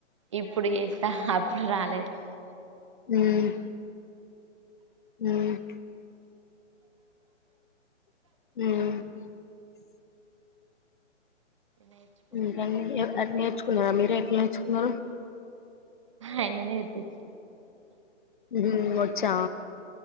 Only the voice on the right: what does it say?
ఇప్పుడు చేస్తా అప్పుడు రాలేదు
నేర్చుకున్నా
అయన నేర్పిచ్చ